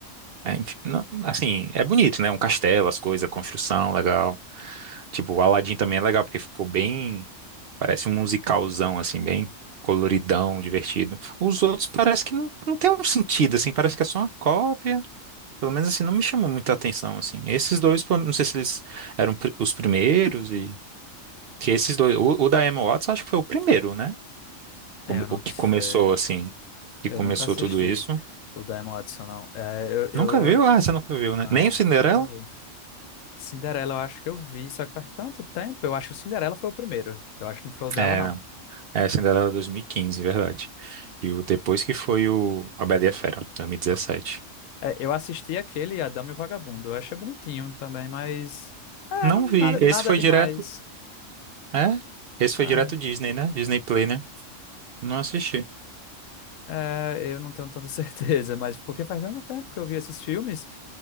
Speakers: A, on the right; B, on the left.
A: é, enfim, não- assim, é bonito, né? Um castelo, as coisas, a construção, legal. Tipo, o Aladdin também é legal, porque ficou bem. Parece um musicalzão, assim, bem coloridão, divertido. Os outros parece que não, não tem um sentido, assim, parece que é só uma cópia. Pelo menos assim, não me chamou muita atenção, assim. Esses dois, pô, não sei se eles eram pri- os primeiros e... Que esses dois... O, o da Emma Watson acho que foi o primeiro, né? Come-
B: É, eu não
A: O que
B: sei.
A: começou, assim, que
B: Eu
A: começou
B: nunca assisti
A: tudo isso.
B: o Diamond Watson, não. É, eu,
A: Nunca viu?
B: eu-
A: Ah, você nunca viu,
B: Não,
A: né? Nem o Cinderela?
B: nunca vi. Cinderela eu acho que eu vi, só que faz tanto tempo. Eu acho que o Cinderela foi o primeiro. Eu acho que não foi o dela,
A: É,
B: não.
A: não. É, a Cinderela 2015, verdade. E o depois que foi o A Bela e a Fera, 2017.
B: É, eu assisti aquele, A Dama e o Vagabundo. Eu achei bonitinho também, mas... É,
A: Não
B: não,
A: vi.
B: nada,
A: Esse
B: nada
A: foi
B: demais.
A: direto... É? Esse foi
B: É.
A: direto Disney, né? Disney Play, né? Não assisti.
B: É, eu não tenho tanta <laughs> certeza, mas porque faz tanto tempo que eu vi esses filmes.